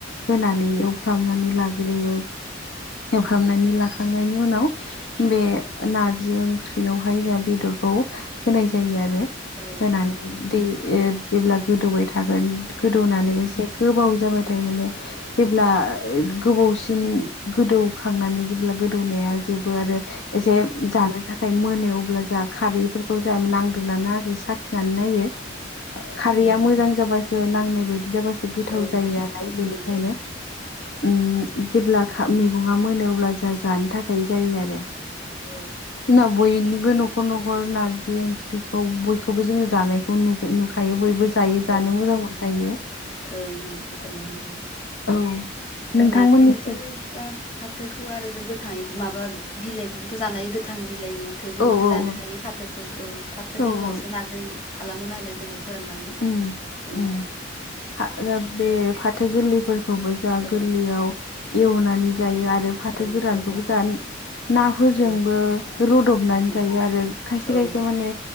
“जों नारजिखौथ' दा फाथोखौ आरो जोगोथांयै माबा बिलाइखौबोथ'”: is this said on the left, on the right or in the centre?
Left